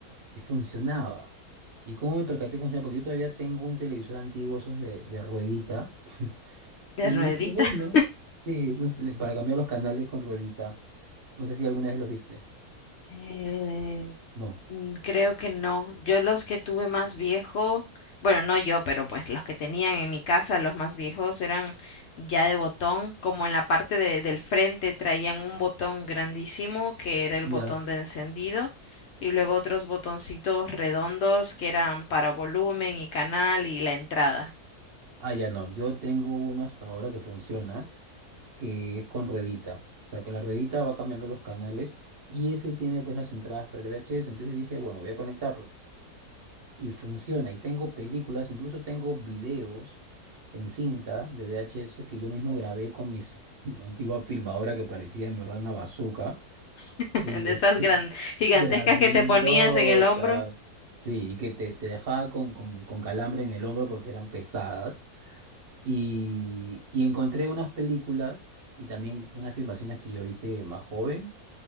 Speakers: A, on the right; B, on the left.
A: y funcionaba. ¿Y cómo me percaté que funcionaba? Porque yo todavía tengo un televisor antiguo, esos de, de ruedita,
B: ¿De
A: y
B: ruedita?
A: dije, bueno,
B: <laughs>
A: sí, no sé, para cambiar los canales con ruedita. No sé si alguna vez los viste.
B: Eh,
A: No.
B: Mm, Creo que no. Yo los que tuve más viejo, bueno, no yo, pero pues los que tenían en mi casa, los más viejos eran ya de botón, como en la parte de- del frente traían un botón grandísimo que era el
A: Ya.
B: botón de encendido y luego otros botoncitos redondos que eran para volumen y canal y la entrada.
A: Ah, ya no. Yo tengo uno hasta ahora que funciona, que es con ruedita. O sea, que la ruedita va cambiando los canales y ese tiene pues las entradas para el VHS. Entonces yo dije, bueno, voy a conectarlo. Y funciona. Y tengo películas, incluso tengo videos en cinta de VHS que yo mismo grabé con mis <laughs> antigua filmadora que parecía en verdad una bazooka.
B: <laughs>
A: Y
B: De esas
A: este,
B: gran,
A: <laughs>
B: gigantescas
A: grandotas.
B: que te ponías en el hombro.
A: Sí, y que te, te dejaba con, con, con calambre en el hombro porque eran pesadas. Y, y encontré unas películas y también unas filmaciones que yo hice más joven